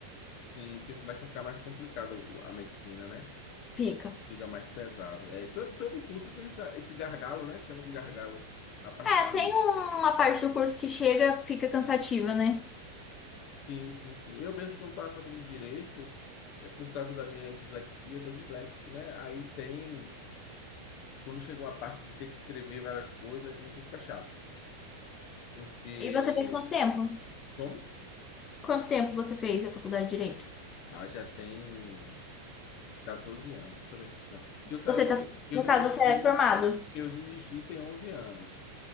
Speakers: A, on the left (about 45°); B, on the left (about 25°).
A: Sim, porque começa a ficar mais complicado o- a medicina, né?
B: fica.
A: Fica mais pesado. É, todo, todo curso tem essa- esse gargalo, né? Chama de gargalo. A parte
B: É,
A: que.
B: tem uma parte do curso que chega, fica cansativa, né?
A: Sim, sim, sim. Eu mesmo, quando estava fazendo direito, é por causa da minha dislexia, sou disléxico, né? Aí tem. Quando chegou a parte de ter que escrever várias coisas, aí começou a ficar chato. Porque.
B: E você fez quanto tempo?
A: Como?
B: Quanto tempo você fez a faculdade de Direito?
A: Ah, já tem 14 anos. Deixa eu ver. Não. Que eu saí,
B: Você tá,
A: que
B: no
A: eu desisti,
B: caso, você é formado?
A: que eu desisti tem 11 anos.